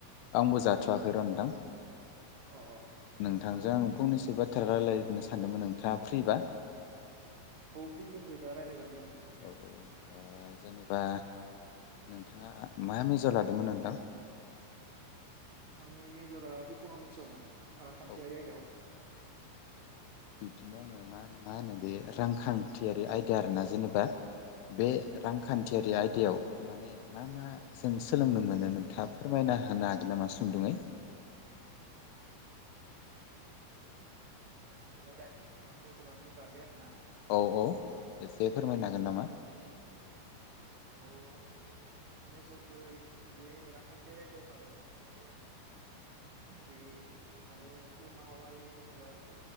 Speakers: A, on the left (about 80°); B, on the right (about 85°).
A: आंबो जाथ'वाखै र' थां
B: औ औ
A: नोंथांजों आं फनसो बाथ्रा रायज्लायनो सानदोंमोन नोंथाङा फ्रिबा
B: औ फिदों थयो दा राय जागोन जांदों
A: औ औ जेनेबा नोंथाङा मा मेजर लादोंमोन नोंथां
B: आंनि मेजरा इक'नमिक्सआवमोन रांखान्थियारि
A: औ
B: आयदायाव
A: बिन्नो आङो मा मा होनो बे रांखान्थियारि आयदा आरोना जेनेबा बे रांखान्थियारि आयदायाव माने मा मा जों सोलोंनो मोनो नोंथाङा फोरमायना होनो हागोन नामा सुंदुङै
B: जेन'बा दानि मेजलांनायनि बागै आरो ना?
A: औ औ एसे फोरमायनो हागोन नामा?
B: अ औ आं मेजरफोर बे रांखान्थियारि आयदायावनो लादोंमोन माने बे माने उनावहाय जेन'बा